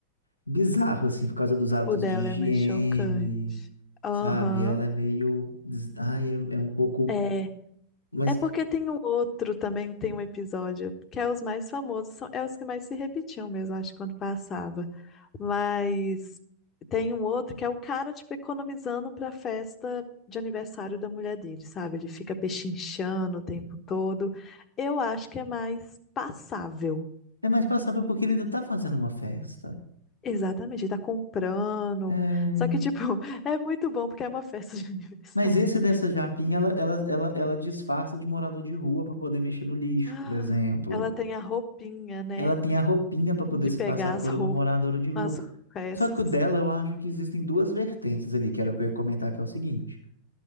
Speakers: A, on the left; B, on the left.
A: bizarro, assim, por causa dos hábitos
B: O dela
A: de higiene,
B: é mais chocante. Aham.
A: sabe? Ela é meio. des- Ai, é, é um pouco.
B: É.
A: Mas
B: É porque tem um outro também, tem um episódio, que é os mais famosos, são, é os que mais se repetiam mesmo, acho, quando passava. Mas tem um outro que é o cara, tipo, economizando pra festa de aniversário da mulher dele, sabe? Ele fica pechinchando o tempo todo. Eu acho que é mais passável.
A: é mais passável porque ele ainda tá fazendo uma festa.
B: Exatamente, ele tá comprando.
A: É...
B: Só que, tipo, <laughs> é muito bom porque é uma festa de <laughs> aniversário.
A: Mas esse dessa japinha, ela, ela, ela, ela disfarça de morador de rua para poder mexer no lixo,
B: <gasps>
A: por exemplo.
B: Ela tem a roupinha, né?
A: Ela tem a roupinha para poder
B: De
A: se
B: pegar
A: passar
B: as
A: por uma moradora de rua.
B: Mas os restos.
A: Só que o dela, eu acho que existem duas vertentes ali, que era o que eu ia comentar, que é o seguinte.